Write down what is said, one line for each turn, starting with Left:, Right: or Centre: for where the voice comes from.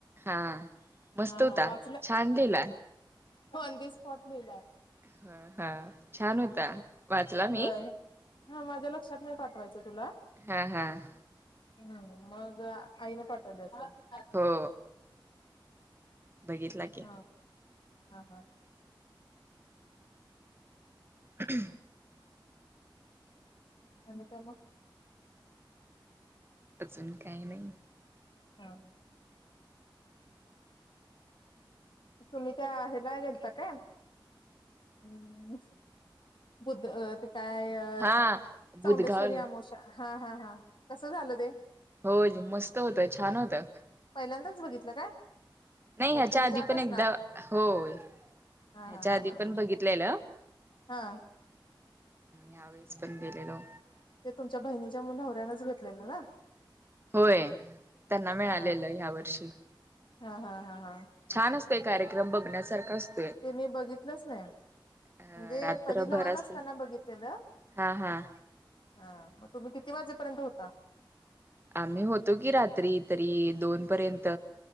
Right: हा मस्त
Left: हा
Right: होता,
Left: हा वाचलं
Right: छान लिहिला.
Left: ऑन द स्पॉट लिहिलंय.
Right: ह हा छान होता वाचला
Left: होय
Right: मी.
Left: हा माझ्या लक्षात नाही पाठवायचं तुला.
Right: हा हा! !!
Left: हम् मग आईन पाठवले होते.
Right: हो! बघितलाकी!
Left: हा हा हां!
Right: हम्!
Left: झाली काम!
Right: अजून काही नाही!
Left: हा! तुम्ही त्या गेलता काय? हम्म बुध अ ते! काय
Right: हा
Left: चौंडेश्वरी
Right: बुधगाव
Left: अमावास्या हा हा हा कसं झालं ते!
Right: हो मस्त होतं छान होतं!
Left: पहिल्यांदाच बघितलं काय?
Right: नाही,
Left: तर
Right: ह्याच्याआधी
Left: तुम्ही जात
Right: पण
Left: असणार
Right: एकदा होय!
Left: हा
Right: ह्याच्याआधी
Left: हा हा हा
Right: पण
Left: हा
Right: बघितलेलं!
Left: हा
Right: यावेेळेस पण गेलेलो!
Left: ते तुमच्या बहिणीच्या नवऱ्यानच घेतलेलं ना?
Right: होय, त्यांना मिळालेलं
Left: हा
Right: ह्या वर्षी
Left: हा हा हा हा
Right: छान असतोय कार्यक्रम बघण्यासारखा असतो.
Left: ते मी बघितलंच नाही.
Right: अ
Left: म्हणजे
Right: रात्रभर
Left: कधी लहान
Right: असते
Left: असताना बघितलेल.
Right: हा हा
Left: हा मग तुम्ही किती वाजेपर्यंत होता?
Right: आम्ही होतो की रात्री तरी दोन पर्यंत